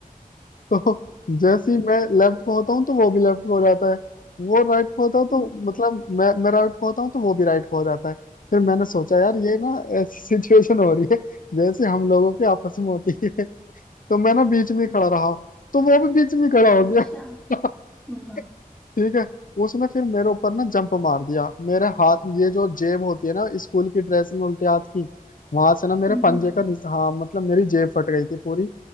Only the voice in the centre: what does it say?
हम्म।
अच्छा
वाह
हम्म